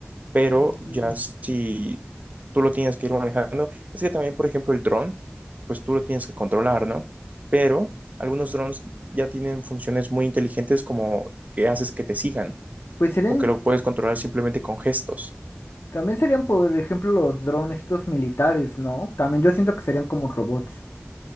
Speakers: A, on the right; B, on the left.
A: Pero
B: Mm,
A: ya si tú lo tienes que ir manejando, es que también, por ejemplo, el dron, pues tú lo tienes que controlar, ¿no? Pero algunos drones ya tienen funciones muy inteligentes como que haces que te sigan
B: Pues serían,
A: o que lo puedes controlar simplemente con gestos.
B: también serían, por ejemplo, los drones, estos militares, ¿no? También yo siento que serían como robots.